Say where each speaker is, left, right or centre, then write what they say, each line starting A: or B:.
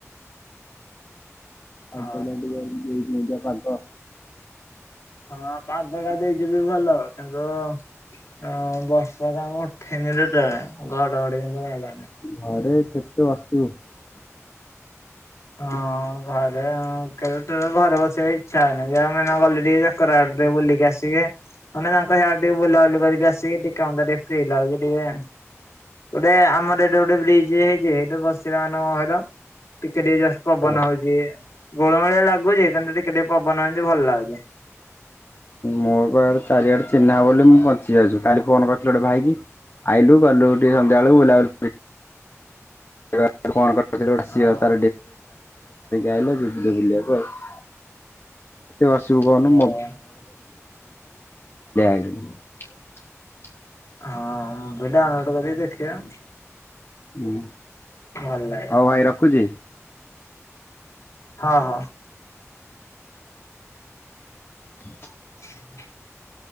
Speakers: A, on the left; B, on the left.
A: ପାଗଟା
B: ଅ
A: ଟିକେ ଆଜି ଦେଇଚି ଏନ୍ତିଆ। ପାଗ।
B: ହଁ ପାଗ ଟା ଦେଇଚି ବି ଭଲ। କିନ୍ତୁ ଅ ବର୍ଷା ତ ଆମ ଉଠେନି ଯେତେବେଳେ ଘଡଘଡି କିନ୍ତୁ ମାଇଲା
A: ଘରେ କେତେ ବସିବୁ।
B: ହଁ ଘରେ କେବେ ତ ଘରେ ବସିବା ଇଚ୍ଛା ହଉନି। ଯଉ ମାନେ ଗଲେ ଟିକେ ସେକର ଆଡେ ଟିକେ ବୁଲିକି ଆସିକି ମାନେ ତାଙ୍କ ସେଆଡ ଟିକେ ବୁଲାବୁଲି କରିକି ଆସିକି ଟିକେ କମତ ଟିକେ ଫ୍ରି ଲାଗୁଛି ଟିକେ। ଗୋଟେ ଆମର ଏଇଟା ଗୋଟେ ବ୍ରିଜ୍ ହେଇ ଏଇଟୁ ବସିିଲା ମାନେ କଣ କହିଲ। ଟିକେ ଟିକେ ଜଷ୍ଟ ପବନ
A: ହେଲା
B: ହଉଛି। ଗୋଳମାଳିଆ ଲାଗ ଗୁଚି ତ ଟିକେ ଟିକେ ପବ୍ ବନ ହଉଛି ଭଲ ଲାଗୁଛି।
A: ମୋ ପା ଚାରିଆଡେ ଚିହ୍ନାବ ବୋଲି ମୁଁ ବଞ୍ଚି ଯାଉଛି। କାଲି ଫୋନ କରିଥିଲି ଗୋଟେ ଭାଇକି ଆଇଲୁ ଗଲୁ ଟିକେ ସନ୍ଧ୍ୟା ବେଳକୁ ବୁଲାବୁଲି। <unintelligible> <unintelligible> ଚାରଟା ସାରିକି
B: ହଁ
A: ଆଇିଲୁ। ବୁଲିବାକୁ ଗଲୁ।
B: ହଁ
A: <unintelligible> <unintelligible>
B: ହଁ ମୋବାଇଲରେ ଡାଉନଲୋଡ କରି ଦେଖିବା।
A: ହୁଁ,
B: ଭଲ ଲାଗିବ
A: ହଉ ଭାଇ ରଖୁଛି।
B: ହଁ, ହଁ।
A: <inaudible>
B: <inaudible>